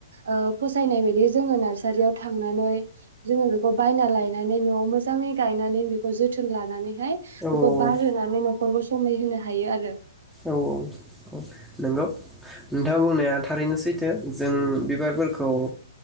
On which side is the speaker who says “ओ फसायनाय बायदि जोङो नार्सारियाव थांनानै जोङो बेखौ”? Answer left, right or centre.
Right